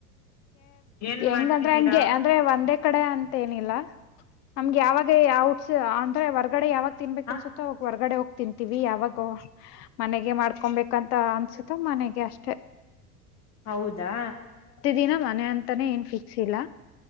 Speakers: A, on the left; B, on the left.
A: ಏನ್
B: ಗೆ ಹೆಂಗಂದ್ರೆ
A: ಮಾಡ್ತಿದ್ದೀರಾ
B: ಹಂಗೆ ಅಂದ್ರೆ ಒಂದೇ - ಕಡೆ ಅಂತ ಏನಿಲ್ಲ ನಮ್ಗೆ ಯಾವಾಗ ಔಟ್ಸ್ ಅಂದ್ರೆ ಹೊರ್ಗಡೆ ಯಾವಾಗ ತಿನ್ಬೇಕ
A: ಹ
B: ಅನ್ಸುತ್ತೆ ಅವಾಗ ಹೊರಗಡೆ ಹೋಗ್ ತಿಂತೀವಿ ಯಾವಾಗ ಮನೆಗೆ ಮಾಡ್ಕೊಬೇಕಂತ ಅನ್ಸುತ್ತ ಮನೆಗೆ ಅಷ್ಟೆ.
A: ಹೌದಾ.
B: ದಿನ ಮನೆ ಅಂತಾನೇ ಏನ್ ಫಿಕ್ಸ್ ಇಲ್ಲ.